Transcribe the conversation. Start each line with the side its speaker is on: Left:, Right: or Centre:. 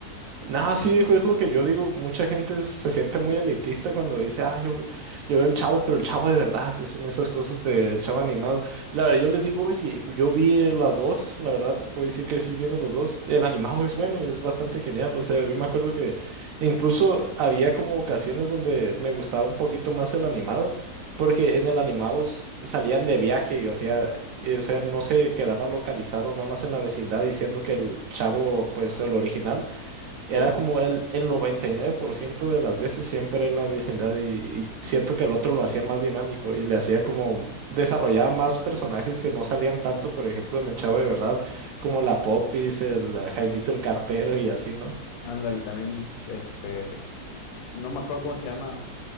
Right: Nada, sí, viejo, es lo que yo digo. Mucha gente se siente muy elitista cuando dice, ah, yo, yo veo el Chavo, pero el Chavo de verdad, que son esas cosas del Chavo animado. La verdad, yo les digo, oye, yo vi las dos, la verdad, te puedo decir que sí, viendo los dos. El animado es bueno, es bastante genial. O sea, yo me acuerdo que incluso había como ocasiones donde me gustaba un poquito más el animado, porque en el animado s- salían de viaje, y, o sea, y, o sea, no se quedaba localizado nada más en la vecindad diciendo que el Chavo, pues, el original era
Left: Sí,
Right: como el, el 99% de las veces siempre en la vecindad y, y siento que el otro lo hacía más dinámico y le hacía como desarrollaba más personajes que no salían tanto, por ejemplo, en El Chavo de Verdad, como la Popis, el eh, Jaimito el Cartero y así, ¿no?
Left: ándale, también, este, no me acuerdo cómo se llama.